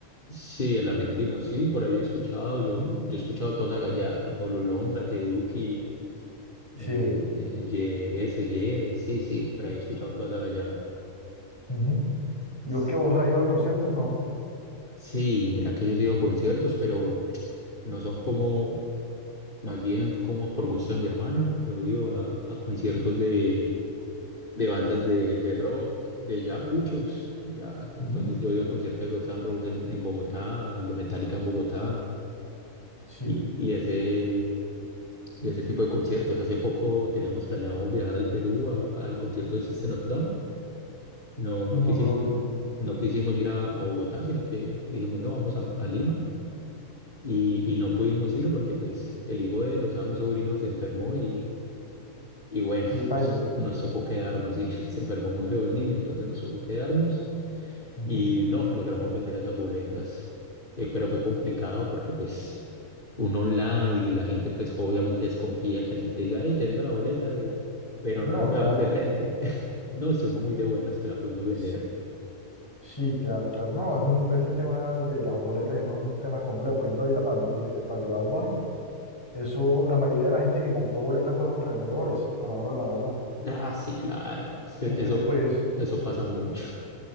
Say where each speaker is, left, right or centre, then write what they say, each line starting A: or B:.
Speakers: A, on the left (about 40°); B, on the left (about 20°).
A: sí, el argentino, sí, por ahí he escuchado, yo,
B: Ujú.
A: yo he escuchado toda esa gallada, que Pablo Londra, que Duki, eh,
B: Sí.
A: eh, YS, Ye, sí, sí, por ahí he escuchado toda esa gallada.
B: ujú. ¿Y
A: Sí,
B: vos que vos has ido a conciertos? No.
A: sí, mira que yo he ido a conciertos, pero no son como, más bien como por gusto de mi hermano, yo he ido a, a conciertos de de bandas de, de rock, de ya cuchos, ya. Entonces
B: Ujú.
A: yo he ido al concierto de Guns N' Roses en, en Bogotá, el de Metallica en Bogotá,
B: Sí,
A: y, y ese, y ese tipo de conciertos. Hace poco teníamos planeado viajar al Perú a- al concierto de System of Down. No,
B: no,
A: no quisimos,
B: no lo digo.
A: no quisimos ir a, a Bogotá, sino que dijimos, no, vamos a, a Lima. Y, y no pudimos ir porque pues el hijo de él, o sea, mi sobrino se enfermó y, y bueno, <laughs>
B: Ni bailes.
A: nos, nos tocó quedarnos y <laughs> se enfermó muy feo el niño, entonces nos tocó quedarnos.
B: Ujú.
A: y nos logramos vender esas boletas, eh, pero fue complicado porque pues uno online y la gente pues obviamente desconfía que alguien te diga, hey, te vendo la boleta, y... pero
B: No,
A: no nos veamos
B: claro.
A: de frente. <laughs> No, estuvimos muy de buenas que la pudimos vender.
B: Sí, sí, claro, claro. No, es un, ese tema de las boletas es más un tema complejo. Por ejemplo, ahorita para el, Bad- de- para el de Bad Bunny, eso, la mayoría de la gente que compró boletas fueron revendedores, a la hora de la verdad.
A: Ah, sí, claro, es que
B: Entonces,
A: eso,
B: pues,
A: eso pasa mucho.